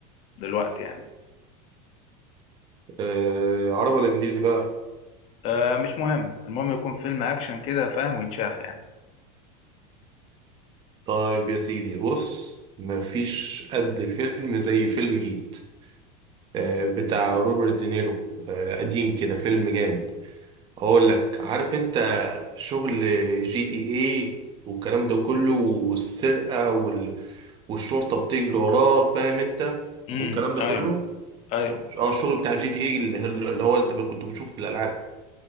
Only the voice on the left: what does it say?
دلوقتي يعني
آه، مش مهم المهم يكون فيلم اكشن كده فاهم ويتشاف يعني
امم
ايوه
ايوه